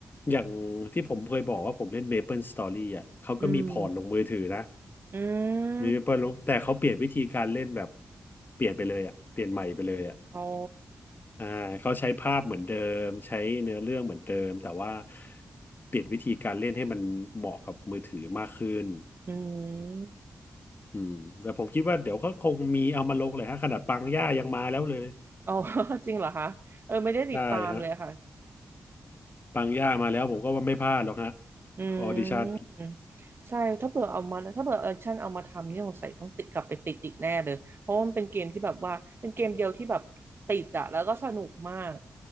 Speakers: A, on the left; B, on the right.
A: อย่างที่ผมเคยบอกว่าผมเล่น Maple Story อ่ะเขาก็มีพอร์ตลงมือถือนะ
B: อืมอื
A: มี Maple ลงแต่เขาเปลี่ยนวิธีการเล่นแบบ
B: ม
A: เปลี่ยนไปเลยอ่ะเปลี่ยนใหม่ไปเลยอ่ะ
B: โอ้
A: อ่าเขาใช้ภาพเหมือนเดิมใช้เนื้อเรื่องเหมือนเดิมแต่ว่าเปลี่ยนวิธีการเล่นให้มันเหมาะกับมือถือมากขึ้น
B: อืม
A: อืมแต่ผมคิดว่าเดี๋ยวก็คงมีเอามาลงเลยฮะขนาดปังย่ายังมาแล้วเลย
B: อ๋อ <laughs> จริงเหรอคะ เออไม่ได้ติดตามเลยค่ะ
A: ได้ฮะปังย่ามาแล้วผมก็ว่าไม่พลาดหรอกฮะ
B: <laughs> อืม
A: ออดิชั่น
B: อืมใช่ถ้าเผื่อเอามาถ้าเผื่อเออชั่นเอามาทำนี่สงสัยต้องติดกลับไปติดอีกแน่เลยเพราะว่ามันเป็นเกมที่แบบว่าเป็นเกมเดียวที่แบบติดอะแล้วก็สนุกมาก